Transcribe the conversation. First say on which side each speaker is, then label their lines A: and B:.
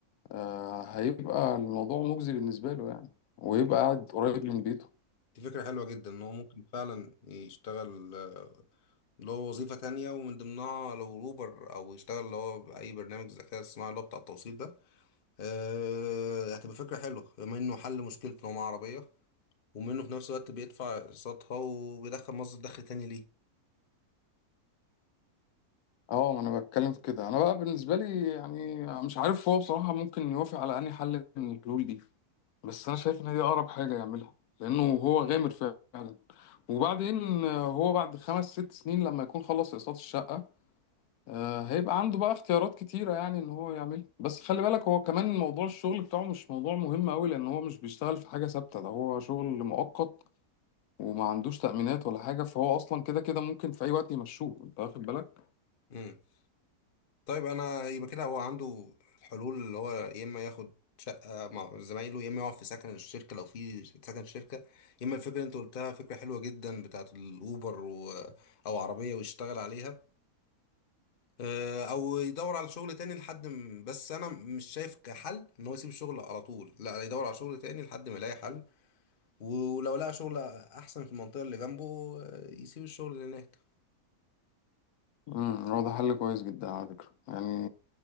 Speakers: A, on the left; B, on the left.
A: آه، هيبقى الموضوع مجزي بالنسبه له يعني ويبقى
B: دي فك-
A: قاعد قريب من بيته
B: دي فكره حلوه جدا ان هو ممكن فعلا يشتغل آه، اللي هو وظيفه تانية ومن ضمنها لو اوبر او يشتغل اللي هو باي برنامج ذكاء اصطناعي اللي هو بتاع التوصيل ده آه، هتبقى فكره حلوه بما انه حل مشكله ان هو معاه عربيه ومنه في نفس الوقت بيدفع اقساطها وبيدخل مصدر دخل تاني
A: اه ما انا بتكلم في كده انا بقى بالنسبه لي يعني مش عارف هو بصراحه ممكن يوافق على انهي حل من الحلول دي بس انا شايف ان هي اقرب حاجه يعملها لانه هو غامر فعلا وبعدين آه، هو بعد خمس ست سنين لما يكون خلص اقساط الشقه آه، هيبقى عنده بقى اختيارات كتيرة يعني ان هو يعملها بس خلي بالك هو كمان موضوع الشغل بتاعه مش موضوع مهم قوي لان هو مش بيشتغل في حاجة ثابتة ده هو شغل مؤقت وما عندوش تأمينات ولا حاجة فهو اصلا كده كده ممكن في اي وقت يمشوه انت واخد بالك
B: ليه طيب انا يبقى كده هو عنده الحلول اللي هو يا اما ياخد شقه مع زمايله يا اما يقعد في سكن الشركه لو في سكن شركه يا اما الفكره اللي انت قلتها فكره حلوه جدا بتاعت الاوبر و... او عربيه ويشتغل عليها آه، او يدور على شغل تاني لحد م... بس انا مش شايف كحل ان هو يسيب الشغل على طول لا يدور على شغل تاني لحد ما يلاقي حل ولو لقى شغل احسن في المنطقه اللي جنبه آه، يسيب الشغل اللي هناك
A: امم هو ده حل كويس جدا على فكرة يعني